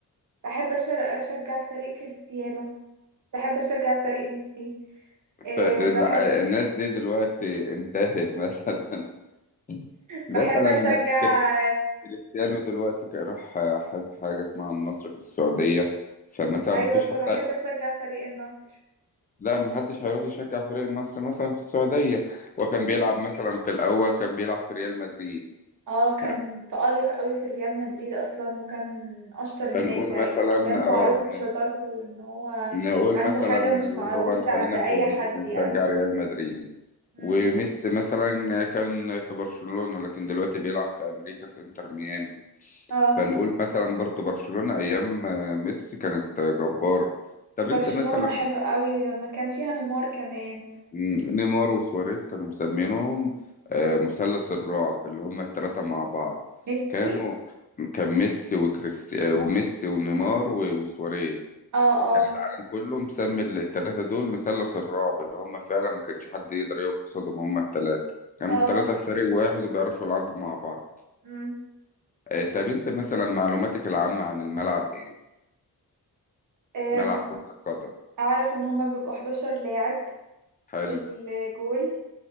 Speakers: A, on the right; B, on the left.
A: بحب أشر- أشجع فريق كريستيانو بحب أشجع فريق ميسي أه
B: ف- لا،
A: بحب
B: الناس دي دلوقتي انتهت مثلا <laughs> مثلا
A: بحب أشجع
B: كري- كريستيانو دلوقتي راح ح- حاجه اسمها النصر في السعوديه فمثلا
A: ايوه
B: مفيش
A: فبحب
B: حد
A: اشجع فريق النصر
B: لا محدش هيروح يشجع فريق النصر مثلا في السعودية وكان
A: ليه
B: بيلعب مثلا في الأول كان بيلعب في ريال مدريد
A: اه كان
B: يعني
A: تألق قوي في ريال مدريد اصلا وكان اشطر الناس
B: بنقول
A: يعني
B: مثلا
A: كريستيانو معروف
B: اه
A: بشطارته وان هو
B: ن- نقول
A: عنده
B: مثلا
A: حاجة
B: اللي
A: مش موجودة
B: هو نخلينا
A: عند اي
B: في
A: حد
B: نكون
A: يعني
B: نشجع ريال مدريد
A: امم
B: وميسي مثلا كان في برشلونة لكن دلوقتي بيلعب في أمريكا في إنتر ميامي
A: اه
B: فنقول مثلا برضو برشلونة أيام آه، ميسي كانت آه، جبارة طب
A: وبرشلونة
B: أنت مثلا
A: حلو قوي لما كان فيها نيمار كمان
B: مم، نيمار وسواريز كانوا مسمينهم آه، مثلث الرعب اللي هم الثلاثة مع بعض
A: ميسي
B: كانوا كان ميسي وكريس آه، وميسي ونيمار و- وسواريز
A: اه اه
B: العالم كله مسمي الثلاثة دول مثلث الرعب اللي هم فعلا ما كانش حد يقدر يقف قصادهم هم الثلاثة كانوا
A: اه
B: الثلاثة في فريق واحد وبيعرفوا يلعبوا مع بعض
A: امم
B: آه، طب انت مثلا معلوماتك العامة عن الملعب ايه؟
A: أم،
B: ملعب كرة القدم
A: اعرف ان هما بيبقوا 11 لاعب
B: حلو
A: في الجول